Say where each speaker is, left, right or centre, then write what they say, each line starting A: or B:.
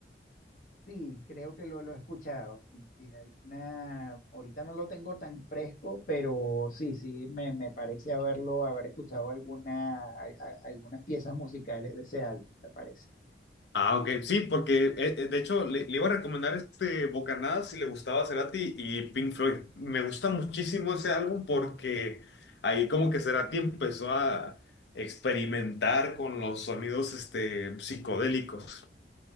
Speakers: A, on the left (about 50°); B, on the left (about 75°).
A: sí, creo que lo, lo he escuchado. Sí, sí, hay una... Ahorita no lo tengo tan fresco, pero sí, sí, me, me parece haberlo, haber escuchado alguna, a- a- algunas piezas musicales de ese álbum, me parece.
B: Ah, ok, sí, porque eh, eh, de hecho le, le iba a recomendar este Bocanadas si le gustaba Cerati y Pink Floyd. Me gusta muchísimo ese álbum porque ahí como que Cerati empezó a experimentar con los sonidos este, psicodélicos.